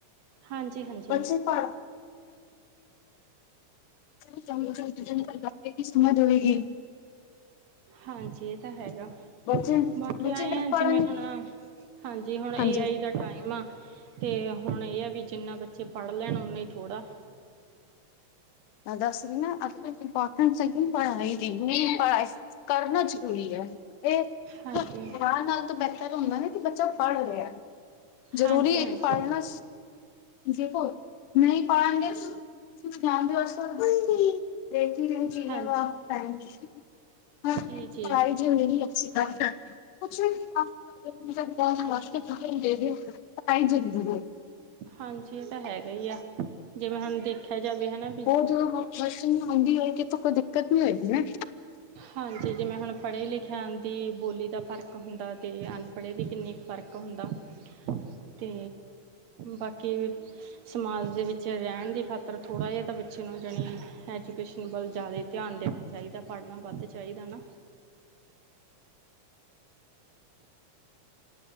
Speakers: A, on the right; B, on the left.
A: ਹਾਂਜੀ ਹਾਂਜੀ
B: ਬੱਚੇ ਪੜ <inaudible> ਸਮਝ ਹੋਏਗੀ।
A: ਹਾਂਜੀ ਇਹ ਤਾਂ ਹੈਗਾ
B: ਬੱਚੇ
A: ਬਾਕੀ
B: ਬੱਚੇ
A: ਆਏ
B: ਨਹੀਂ
A: ਆ
B: ਪੜ੍ਹਨ
A: ਜਿਵੇਂ ਹੁਣ ਹਾਂਜੀ ਹੁਣ ਏ
B: ਹਾਂਜੀ
A: ਆਈ ਦਾ ਟਾਈਮ ਆ ਤੇ ਹੁਣ ਇਹ ਆ ਵੀ ਜਿੰਨਾ ਬੱਚੇ ਪੜ੍ਹ ਲੈਣ ਉਨਾ ਹੀ ਥੋੜ੍ਹਾ
B: ਮੈਂ ਦੱਸ ਰਹੀ ਨਾ ਅੱਜ ਕੱਲ ਇੰਪੋਰਟੈਂਸ ਹੈਗੀ ਪੜ੍ਹਾਈ ਦੀ ਪੜਾਈ ਕਰਨਾ ਜ਼ਰੂਰੀ ਹੈ। ਇਹ
A: ਹਾਂਜੀ
B: ਵਿਹ ਨਾਲ ਤੋਂ ਬਿਹਤਰ ਹੁੰਦਾ ਨਾ ਕਿ ਬੱਚਾ ਪੜ੍ਹ ਰਿਹਾ ਜ਼ਰੂਰੀ
A: ਹਾਂਜੀ
B: ਹੈ
A: ਹਾਂਜੀ
B: ਕਿ ਪੜ੍ਹਨਾ ਦੇੇਖੋ ਨਹੀਂ ਪੜ੍ਹਨਗੇ ਤੁਸੀਂ ਜਾਣਦੇ ਹੋ। <inaudible>
A: ਹਾਂਜੀ
B: <inaudible>
A: ਜੀ ਜੀ
B: <inaudible>
A: ਹਾਂਜੀ ਇਹ ਤਾਂ ਹੈਗਾ ਈ ਆ, ਜਿਵੇਂ ਹੁਣ ਦੇਖਿਆ ਜਾਵੇ ਹਨਾ
B: ਉਹ ਜਦੋਂ ਵਸ 'ਚ ਹੁੰਦੀ ਹੋਏਗੀ ਤਾਂ ਕੋਈ ਦਿੱਕਤ ਨੀ ਹੋਏਗੀ ਨਾ
A: ਹਾਂਜੀ, ਜਿਵੇਂ ਹੁਣ ਪੜ੍ਹੇ ਲਿਖਿਆਂ ਦੀ ਬੋਲੀ ਦਾ ਫਰਕ ਹੁੰਦਾ ਤੇ ਅਨ ਪੜ੍ਹੇ ਦੀ ਕਿੰਨੀ ਫਰਕ ਹੁੰਦਾ
B: <inaudible>
A: ਤੇ ਬਾਕੀ ਸਮਾਜ ਦੇ ਵਿੱਚ ਰਹਿਣ ਦੀ ਖਾਤਰ ਥੋੜ੍ਹਾ ਜਿਹਾ ਤਾਂ ਬੱਚੇ ਨੂੰ, ਜਾਣੀ ਐਜੂਕੇਸ਼ਨ ਵੱਲ ਜ਼ਾਦਾ ਈ ਧਿਆਨ ਦੇਣਾ ਚਾਈਦਾ, ਪੜ੍ਹਨਾ ਵੱਧ ਚਾਈਦਾ ਨਾ।
B: <inaudible>